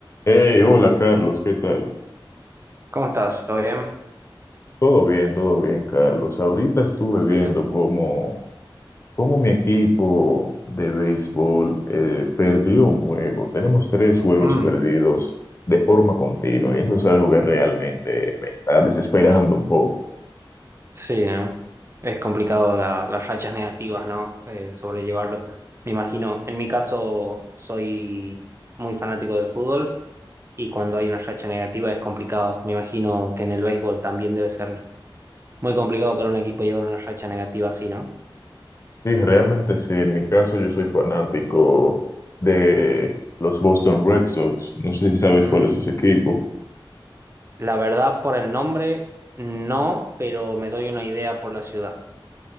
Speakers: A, on the left; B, on the right.
A: Hey, hola Carlos, ¿qué tal?
B: ¿Cómo estás? ¿Todo bien?
A: Todo bien, todo bien, Carlos. Ahorita estuve
B: Perfecto.
A: viendo cómo, cómo mi equipo de béisbol eh, perdió un juego. Tenemos tres juegos
B: Mm,
A: perdidos de forma continua y eso es algo que realmente me está desesperando un poco.
B: sí, ¿no? Es complicado la- las rachas negativas, ¿no? Eh, sobrellevarlo. Me imagino, en mi caso soy muy fanático del fútbol y cuando hay una racha negativa es complicado. Me imagino que en el béisbol también debe ser muy complicado para un equipo llevar una racha negativa así, ¿no?
A: Sí, realmente sí. En mi caso, yo soy fanático de los Boston Red Sox. No sé si sabes
B: Ujú.
A: cuál es ese equipo.
B: La verdad, por el nombre, no, pero me doy una idea por la ciudad.